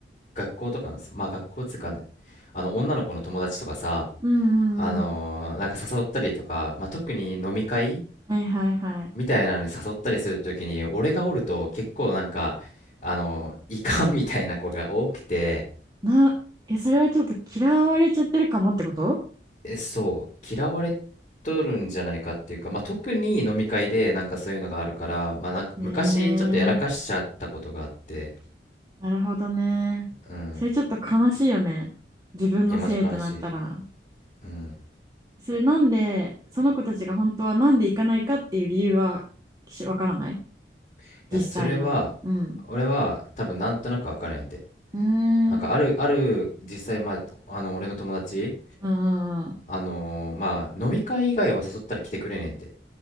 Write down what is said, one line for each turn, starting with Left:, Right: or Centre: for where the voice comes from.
Left: 学校とかの、まあ、学校つうかね、あの、女の子の友達とかさ、
Right: うん、
Left: あのなんか誘ったりとか、
Right: うん。
Left: まあ、特に飲み会
Right: はいはいはい。
Left: みたいなのに誘ったりするときに、俺がおると結構なんか、あの、いかんみたいな子が多くて、
Right: な、え、それはちょっと嫌われちゃってるかもってこと
Left: え、そう、嫌われとるんじゃないかっていうか、まあ、特に飲み会でなんかそういうのがあるから、まあ、なんか昔ちょっとやらかしちゃったことがあって、
Right: えー、なるほどね。
Left: うん。
Right: それちょっと悲しいよね。自分のせいってなったら。
Left: いや、マジ悲しい。うん。
Right: それなんで、その子たちが本当はなんで行かないかっていう理由はしわからない
Left: いや、
Right: 実際の。
Left: それは、
Right: うん。
Left: 俺は多分なんとなくわかるんやて。
Right: うーん、
Left: なんかある、
Right: うん、
Left: ある、実際、まあ、あの、俺の友達、
Right: うんうん。
Left: あのーまあ、飲み会以外は誘ったら来てくれねんて。